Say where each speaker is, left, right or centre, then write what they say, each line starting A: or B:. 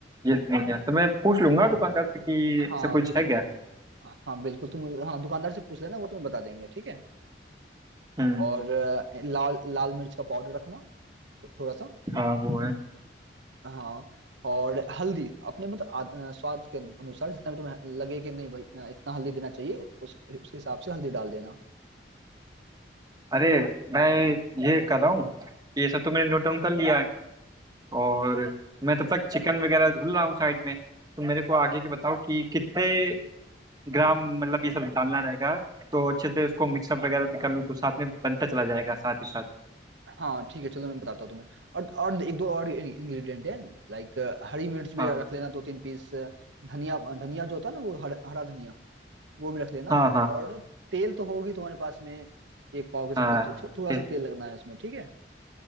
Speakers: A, on the right; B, on the right.
A: ये तो नहीं गया तो मैं पूछ लूंगा दुकानदार से कि ऐसा
B: हाँ
A: कुछ
B: दुकानदार
A: है क्या
B: हाँ बिल्कुल तुम हाँ दुकानदार से पूछ लेना वो तुम्हें बता देंगे ठीक है
A: हम्म
B: और अ, लाल लाल मिर्च का पाउडर रखना थो- थोड़ा सा
A: हाँ वो है
B: हाँ और हल्दी अपने मतलब आद- अ, स्वाद के अनुसार जितना भी तुम्हें लगे कि नहीं भाई अ, इतना हल्दी देना चाहिए उस उसके हिसाब से हल्दी डाल देना
A: अरे मैं ये कर रहा हूँ ये सब तो मैंने नोट डाउन कर लिया है और मैं तब तक चिकन वगैरह धुल रहा हूँ साइड में तो मेरे को आगे के बताओ कि कितने ग्राम मतलब ये सब डालना रहेगा तो अच्छे से उसको मिक्सअप वगैरह भी कर लूँ तो साथ में बनता चला जाएगा साथ ही साथ
B: हाँ ठीक है चलो मैं बताता हूँ तुम्हें और और एक दो और इंग्रेडिएंट है लाइक हरी मिर्च भी
A: हाँ
B: रख लेना दो तीन पीस धनिया धनिया जो होता है ना वो हर, हरा धनिया वो भी रख लेना
A: हाँ हाँ
B: और तेल तो होगी तुम्हारे पास में एक पाव के समथिंग
A: हाँ
B: तो थो, थोड़ा
A: ठीक
B: सा तेल लगना है उसमें ठीक है